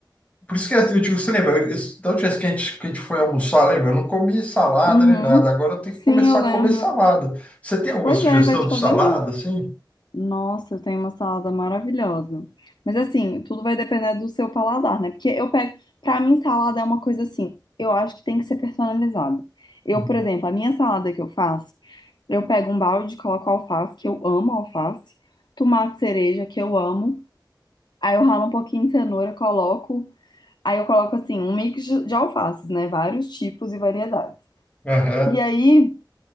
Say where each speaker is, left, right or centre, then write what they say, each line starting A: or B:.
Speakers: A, on the left (about 15°); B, on the left (about 65°).
A: Por isso que é, eu digo, você lembra, eu- eu- da última vez que a gente, que a gente foi almoçar, lembra? Eu não comi salada
B: Uhum,
A: nem nada, agora eu tenho
B: sim,
A: que começar
B: eu lembro.
A: a comer salada. Você tem alguma
B: Pois
A: sugestão
B: é, vai te
A: de
B: fazer
A: salada,
B: bem.
A: assim?
B: Nossa, eu tenho uma salada maravilhosa. Mas assim, tudo vai depender do seu paladar, né? Porque eu pego, pra mim salada é uma coisa assim, eu acho que tem que ser personalizada. Eu,
A: Hum.
B: por exemplo, a minha salada que eu faço, eu pego um balde, coloco alface, que eu amo alface, tomate cereja, que eu amo. Aí eu ralo um pouquinho de cenoura, coloco, aí eu coloco assim, um mix de de alfaces, né? Vários tipos e variedades.
A: Aham.
B: E aí